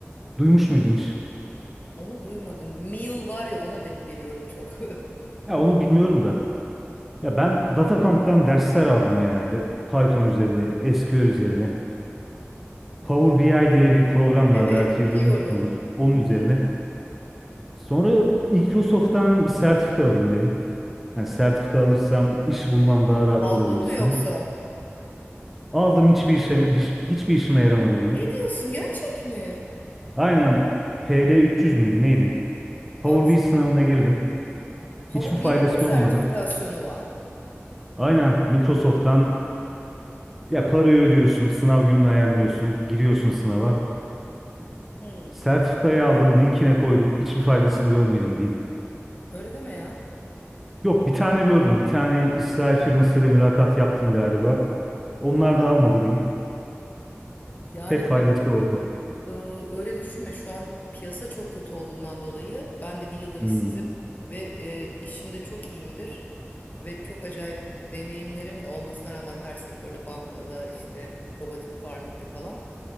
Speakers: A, in the centre; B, on the left (about 40°).
A: Duymuş muydun hiç?
B: Onu duymadım. Mule var ya ona denk geliyorum çok. <laughs>
A: Ya onu bilmiyorum da. Ya ben DataCamp'tan dersler aldım genelde. Python üzerine, SQL üzerine. Power BI diye bir program
B: Evet
A: var belki
B: biliyorum.
A: duymuşsundur. Onun
B: Hı hı.
A: üzerine. Sonra Microsoft'tan bir sertifika alayım dedim. Hani sertifika alırsam iş bulmam daha rahat
B: Aldın
A: olur gibisine.
B: mı yoksa?
A: Aldım hiçbir işe hiç- hiçbir işime yaramadı diyeyim.
B: Ne diyorsun gerçek mi?
A: Aynen PD300 müydü neydi? Power
B: Abi
A: BI sınavına girdim.
B: Power
A: Hiçbir faydası
B: benim mi sertifikasyonu
A: olmadı.
B: var?
A: Aynen Microsoft'tan ya parayı ödüyorsun, sınav gününü ayarlıyorsun, giriyorsun sınava.
B: Hmm,
A: Sertifikayı aldım, linkine koydum. Hiçbir faydasını görmedim diyeyim.
B: öyle deme ya.
A: Yok bir tane gördüm. Bir tane İsrail firmasıyla mülakat yaptım galiba. Onlar da almadı diyeyim.
B: Yani
A: Tek
B: ama
A: faydası oldu.
B: e, öyle düşünme şu an piyasa çok kötü olduğundan dolayı ben de bir yıldır
A: Hmm.
B: işsizim ve e, işimde çok iyiyimdir. Ve çok acayip deneyimlerim de olmasına rağmen her sektörde bankada işte robotik farmingde falan.